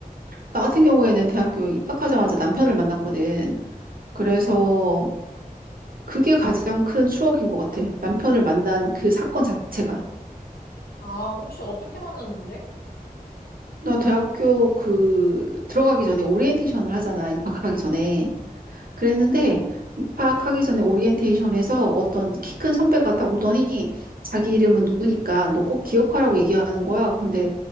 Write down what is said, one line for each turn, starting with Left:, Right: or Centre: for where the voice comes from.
Right: 나 같은 경우에는 대학교 입학하자마자 남편을 만났거든. 그래서 그게 가장 큰 추억인 것 같아. 남편을 만난 그 사건 자체가.
Left: 아, 혹시 어떻게 만났는데?
Right: 나 대학교 그 들어가기 전에 오리엔테이션을 하잖아. 입학하기 전에. 그랬는데 입학하기 전에 오리엔테이션에서 어떤 키 큰 선배가 딱 오더니 자기 이름은 누구니까 너 꼭 기억하라고 얘기하는 거야. 근데